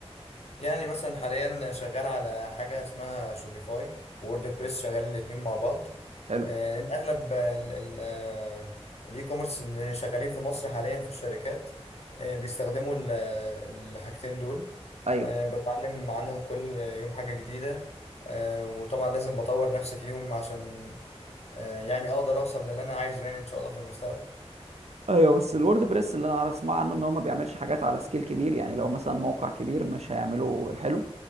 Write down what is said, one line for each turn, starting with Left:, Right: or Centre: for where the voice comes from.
Left: يعني مثلا حاليا شغال على حاجة اسمها شوبيفاي وورد بريس شغالين الاتنين مع بعض
Right: حلو
Left: آه، لأن أغلب ال- ال- آه، الإي كوميرس اللي شغالين في مصر حاليا في الشركات آه، بيستخدموا ال- الحاجتين دول
Right: ايوه
Left: آه، بتعلم عنهم كل يوم حاجة جديدة آه، وطبعا لازم بطور نفسي فيهم عشان آه، يعني اقدر اوصل للي انا عايزه يعني ان شاء الله في المستقبل
Right: ايوه بس الورد بريس اللي انا عارف اسمع عنه ان هو ما بيعملش حاجات على سكيل كبير يعني لو مثلا موقع كبير مش هيعمله حلو